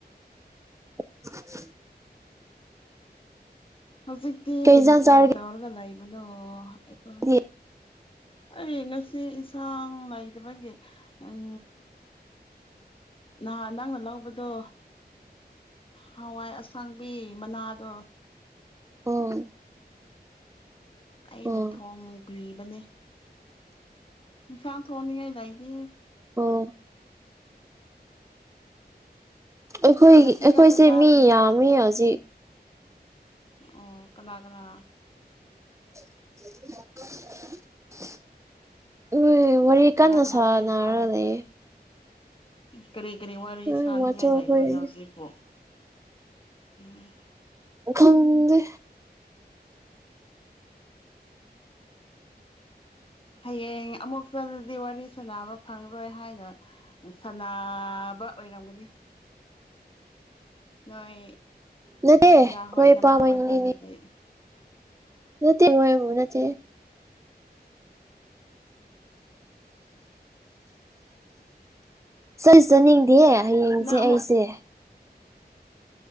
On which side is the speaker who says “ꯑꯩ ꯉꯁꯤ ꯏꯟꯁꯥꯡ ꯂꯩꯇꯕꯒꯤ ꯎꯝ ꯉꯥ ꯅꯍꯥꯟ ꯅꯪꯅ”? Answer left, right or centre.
Left